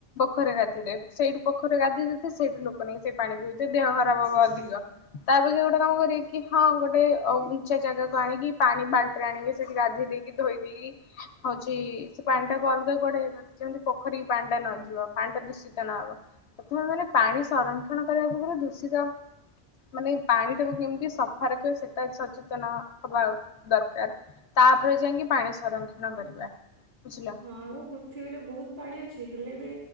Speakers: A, on the left (about 80°); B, on the right (about 70°).
A: ପୋରୀ ଗାଧୋଇରେ ସେଇଠୁ ପୋଖୀ ଗାଧ ଯଦି ସେଇଠୁ ଲୋକ କ ସେଇ ପାଣି ପିଉଛେ ଦେହ ଖରାପ ହବ ଅଧିକ ତାପେ ଗୋଟେ କାମ କରିବ ସେଇକି ହଁ ଗୋଟେ ଉଚ୍ଚା ଜାଗା କୁ ଆଣିକି ପାଣି ବାଲଟିରେ ଆଣିକି, ସେଠି ଗାଧେଇ ଦେଇକି ଧୋଇ ଦେଇକି ହଉଛି ସେ ପାଣି ଟାକୁ ଅଲ୍ ଗା କୁଆଳେ ଯେମିତି ପୋଖରୀ ପାଣି ଟା ନ ଯିବ ପାଣି ଟା ଦୂଷିତ ନହବ ପ୍ରଥମେ ମାନେ ପାଣି, ସଂରକ୍ଷଣ କରିବା ପୂର୍ବ ରୁ ଦୂଷିତ, ମାନେ ପାଣି ଟାକୁ କେମିତି ସଫା ରଖିବା ସେଟା ସଚେତନ ହବା ଆଉ, ଦରକାର ତାପରେ ଯାଇକି
B: ହଁ।
A: ପାଣି ସଂରକ୍ଷଣ କରିବା ବୁଝିଲ,
B: ହଁ ଆମ ପୃଥିବୀରେ ବହୁତ ପାଣି ଅଛି ହେଲେ ବି